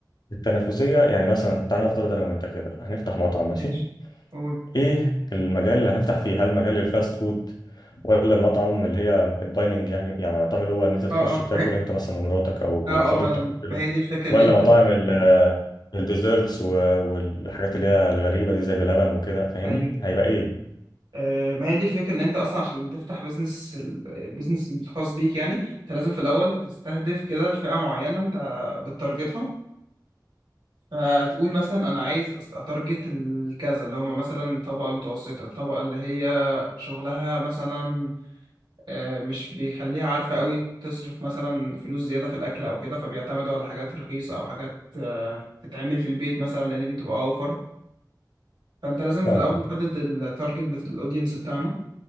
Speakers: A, on the left; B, on the right.
A: التنافسيه يعني مثلا تعالى نفترض انا وانت كده هنفتح مطعم ماشي
B: ماشي قول
A: ايه المجال اللي هنفتح فيه هل مجال الفاست فود ولا المطعم اللي هي الدايننج يعني يعني المطعم اللي هو ان انت تخش
B: اه اه
A: تاكل
B: ما هي
A: انت مثلا ومراتك او
B: اه
A: خطيبتك
B: اه ما أنا-
A: كده
B: ما هي دي الفكرة
A: ولا
B: ان انت
A: مطاعم ال- الديزرتس و- والحاجات اللي هي الغريبه دي زي بلبن وكده فاهمني
B: ايوه
A: هيبقى ايه
B: آه ما هي دي الفكرة ان انت اصلا عشان تفتح بزنس البيزنس الخاص بيك يعني انت لازم في الاول تستهدف كده الفئة معينة انت بتتارجتها فتقول مثلا انا عايز أست- اتارجت الكذا اللي هم مثلا الطبقة المتوسطة الطبقة اللي هي شغلها مثلا آه، مش بيخليها عارفة قوي تصرف مثلا فلوس زيادة في الأكل أو كده فبيعتمدوا على حاجات رخيصة أو حاجات آه، تتعمل في البيت مثلا لأن دي بتبقى أوفر فأنت لازم
A: فاهمك
B: في الأول نحدد التارجت بتاع الأودينس بتاعنا